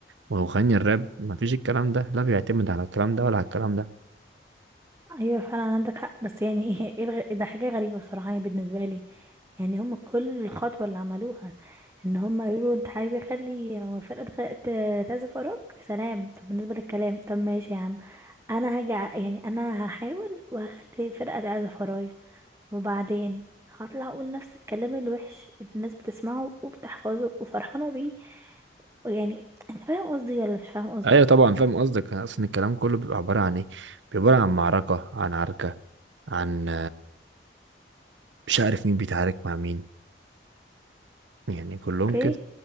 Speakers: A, on the right; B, on the right.
A: ومغني الراب ما فيش الكلام ده لا بيعتمد على الكلام ده ولا على الكلام ده
B: ايوه فعلا عندك حق بس يعني ايه إيه الغ... ده حاجه غريبه بصراحه يعني بالنسبه لي يعني هم كل الخطوه اللي عملوها ان هم يقولوا انت حابب يخلي فرقه غ... ت- تعزف وراك سلام طب بالنسبه للكلام طب ماشي يا عم انا هاجي ع- يعني انا هحاول وهخلي فرقه تعزف ورايا وبعدين هطلع اقول نفس الكلام الوحش اللي الناس بتسمعه وبتحفظه وفرحانه بيه يعني انت فاهم قصدي ولا مش فاهم قصدي
A: ايوه طبعا فاهم قصدك اصلا الكلام كله بيبقى عبارة عن ايه بيبقى عبارة عن معركة عن عركة عن مش عارف مين بيتعارك مع مين يعني كلهم
B: اوكي
A: كده